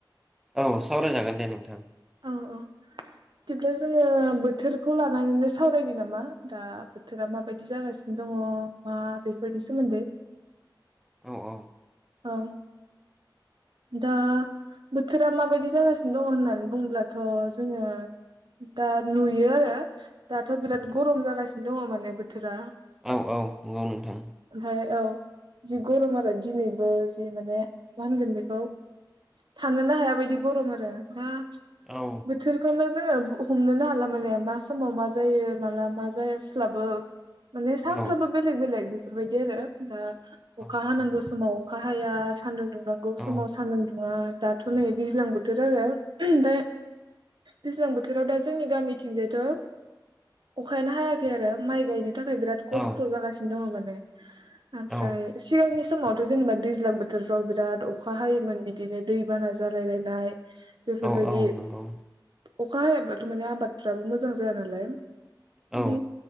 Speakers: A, in the centre; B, on the right.
A: औ सावरायजागोन दे नोंथां
B: औ-औ बिदिब्ला जोङो बोथोरखौ लानानैनो सावरायनो नामा दा बोथोरा माबायदि जागासिनो दङ मा बेफोरनि सोमोन्दै
A: औ-औ
B: औ दा बोथोरा माबायदि जागासिनो दङ होननानै बुङोब्लाथ' जोङो दा नुयो आरो दाथ' बिराद गरम जागासिनो दङ माने बोथोरा
A: औ-औ नंगौ नोंथां
B: ओमफाय औ जि गरम आरो दिनै बो जि माने मा होनगोन बेखौ थानोनो हाया बायदि गरम आरो दा
A: औ।
B: बोथोरखौनो जोङो हमनोनो हाला माने मा समाव मा जायो माला मा जास्लाबो। माने सानफ्रोमबो
A: औ
B: बेलेग-बेलेग बेफोरबायदि आरो दा अखा
A: नंगौ
B: हानांगौ समाव अखा हाया सान्दुं दुंनांगौ समाव
A: औ
B: सान्दुं दुङा दाथ' नै दैज्लां बोथोर आरो दा दैज्लां बोथोराव दा जोंनि गामिथिंजायथ' अखायानो हायाखै आरो माइ गायनो थाखाय बिराद खस्थ'
A: औ
B: जागासिनो दङ माने ओमफ्राय
A: औ
B: सिगांनि समावथ' जेनेबा दैज्लां बोथोरफ्राव बिराद अखा हायोमोन बिदिनो दै बाना जालायलायनाय। बेफोरबायदि
A: औ औ नंगौ
B: अखा हायाब्लाथ' माने आबादफ्राबो मोजां जाया नालाय। बेदि
A: औ